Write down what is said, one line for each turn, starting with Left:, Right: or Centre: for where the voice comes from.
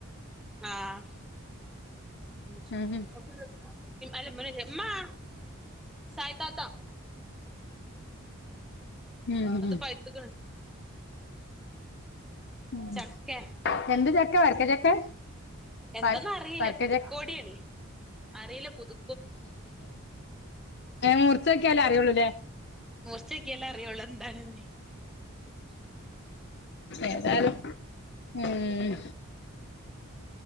Centre: ആഹ് ആ. <unintelligible>
Left: ഉം
Centre: മ്മാ സായ്താത്ത
Left: ഉം
Centre: അത് പഴ്ത്ത്ക്ക്ണ്.
Left: ഉം.
Centre: ചക്കെ
Left: എന്ത് ചക്കെ വർക്ക ചക്കെ?
Centre: എന്തന്നറീല
Left: വ വരക്ക
Centre: പുതുക്കോടിയല്ലെ അറീല പുതു
Left: മുർച്ചോക്ക്യാലേ അറ്യോള്ളൂലേ?
Centre: മുർച്ചോക്ക്യാലേ അറ്യോള്ളൂ എന്താണ്ന്ന്
Left: ഏതാലും ഉം.